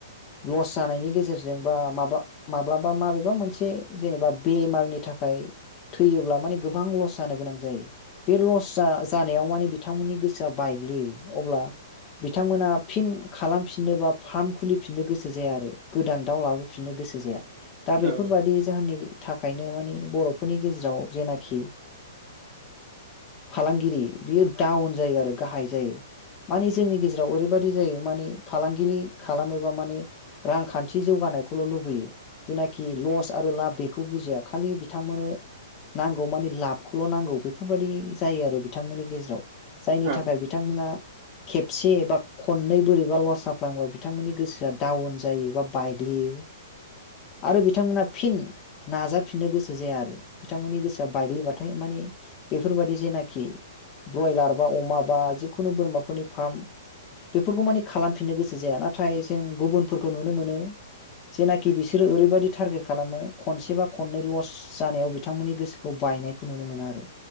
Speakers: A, on the left (about 30°); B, on the right (about 40°).
A: लस जानायनि गेजेरजों बा माबा माब्लाबा माबेबा मोनसे जेनेबा बेमारनि थाखाय खाय थैयोब्ला माने गोबां लस जानो गोनां जायो बे लस जानायाव माने बिथांमोननि गोसोआ बाय गोग्लैयो अब्ला बिथांमोना फिन खालामफिननो बा फार्म खुलिफिननो गोसो जाया आरो गोदान दाउ लाबोफिननो गोसो जाया दा
B: औ
A: बेफोरबादि जाहोननि थाखायनो मानि बर'फोरनि गेजेराव जेनाखि फालांगिरि बियो डाउन जायो आरो गाहाय जायो माने जोंनि गेजेराव ओरैबादि जायो मानि फालांगि खालामोबोबा मान रांखान्थि जौगानायखौल' लुबैयो आरो लाब बेखौ बुजिया खालि बिथांमोननो नांगौ मानि लाबखौल' नांगौ बेफोरबायाददि जायो आरो बिथांमोननि गेजेराव जायनि
B: औ
A: थाखाय बिथांमोना खेबसे एबा खननै बोरैबा लस जाफ्लाङोबा बिथांमोननि गोसोआ डाउन जायो बा बायग्लियो
B: <inaudible>
A: आरो बिथांमोना फिन नाजाफिननो गोसो गोसो जाया आरो बिथांमोननि गोसोआ बायग्लिबाथाय माने बेफोर बायदि जेनाखि ब्रयलार बा अमा बा जिखुनु बोरमाफोरनि फार्म बेफोरखौ मानि खालामफिननो गोसो जाया नाथाय जों गुबुनफोरखौ नुनो मोनो जेनाखि बिसोरो ओरैबायाददि टारगेट खालामो खनसे बा खननै लस जानायाव बिथांमोननि गोसोखौ बायनायखौ नुनो मोना आरो